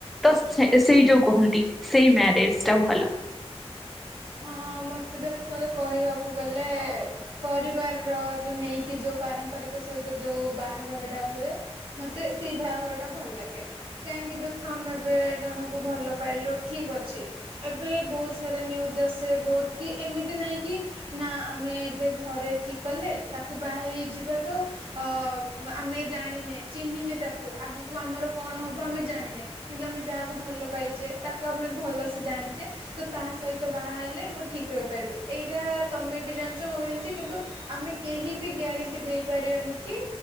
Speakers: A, in the centre; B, on the right.
A: ତ ସେ ସେଇ ଯୋଉ କୁହନ୍ତି ସେଇ ମ୍ୟାରେଜଟା ଭଲ।
B: ହଁଁ ମତେ ଦେଖ ମତେ କହିବାକୁ ଗଲେ ପରିବାରର ଯୋଉ ନେଇକି ଯୋଉ ପାରମ୍ପରିକ ସହିତ ଯୋଉ ବାହାଘରଟା ହୁଏ। ମତେ ସେଇ ବାହାଘରଟା ଭଲ ଲାଗେ। କାହିଁକି ଦୁଃଖ ନେବେ ଜଣଙ୍କୁ ଭଲ ପାଇଲୁ ଠିକ ଅଛି। ଏବେ ବହୁତ ସାରା ନ୍ୟୁଜ ଆସେ ବହୁତ କି ଏମିତି ନାଇଁ କି? ନା ଆମେ ଏବେ ଘରେ ଠିକ କଲେ ତାକୁ ବାହା ହେଇଯିବା ତ ଅ ଆମେ ଜାଣିନେ ଚିହ୍ନିନେ ତାକୁ ଆଗକୁ ଆମର କଣ ହବ ଆମେ ଜାଣିନେ। କିନ୍ତୁ ଆମେ ଯାହାକୁ ଭଲ ପାଇଛେ ତାକୁ ଆମେ ଭଲସେ ଜାଣିଛେ ତ ତାହା ସହିତ ବାହା ହେଲେ ମୁଁ ଠିକ୍ ରହିପାରିବି ଏଇଟା ତମେ ବି ଜାଣିଛ ମୁଁ ବି ଜାଣିଛି କିନ୍ତୁ ଆମେ କେହି ବି ଗ୍ୟାରେଣ୍ଟି ଦେଇପାରିବାନି କି